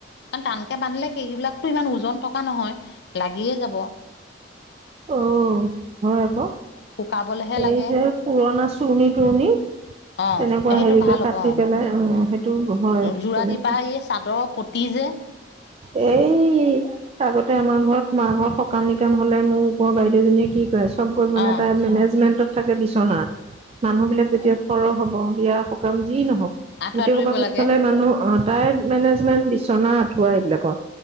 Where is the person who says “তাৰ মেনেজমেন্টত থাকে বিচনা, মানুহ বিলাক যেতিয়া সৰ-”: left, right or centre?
Right